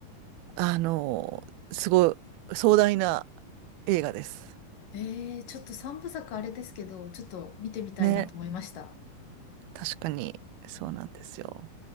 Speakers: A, on the right (about 90°); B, on the left (about 65°).
A: あのーすごい壮大な映画です。
B: ええ、ちょっと三部作あれですけど、ちょっと見てみたいなと思いました。
A: ね。確かに、そうなんですよ。